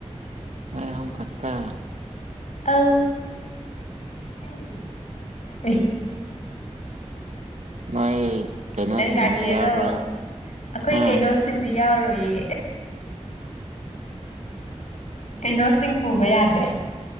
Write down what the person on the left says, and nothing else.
ꯑ ꯍ
ꯅꯪ ꯂꯥꯛꯀꯦꯔꯣ
ꯑꯩꯈꯣꯏ
ꯀꯩꯅꯣ ꯁꯤꯡꯗꯤ ꯌꯥꯎꯔꯣꯏꯌꯦ ꯀꯩꯅꯣꯁꯤꯡ ꯄꯨꯕ ꯌꯥꯗꯦ